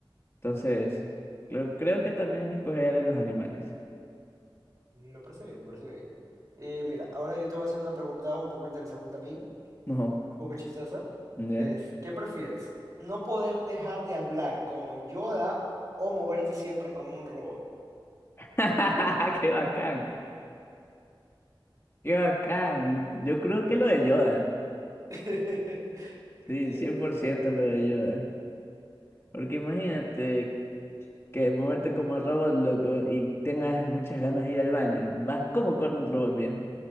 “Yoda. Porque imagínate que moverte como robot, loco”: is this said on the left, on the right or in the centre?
Left